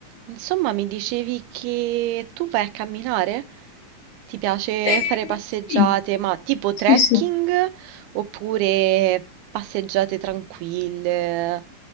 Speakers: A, on the right; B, on the left.
A: Insomma, mi dicevi che tu vai a camminare? Ti piace
B: Ehm,
A: fare passeggiate,
B: sì,
A: ma tipo
B: sì,
A: trekking
B: sì.
A: oppure passeggiate tranquille?